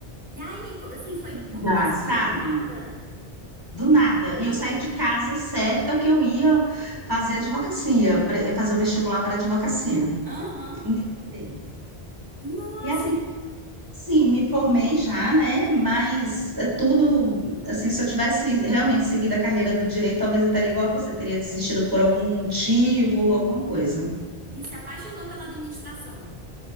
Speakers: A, on the right; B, on the right.
A: E aí, co- assim, foi uma
B: dá,
A: mudança
B: sabe?
A: do nada.
B: Do nada. E eu saí de casa certa que eu ia fazer advocacia, pre- fazer o vestibular para advocacia.
A: Aham.
B: Nem tentei.
A: Nossa!
B: E aí, sim, me formei já, né? Mas é tudo, assim, se eu tivesse realmente seguido a carreira do direito, talvez eu estaria igual a você, teria desistido por algum motivo, alguma coisa.
A: E se apaixonou pela administração.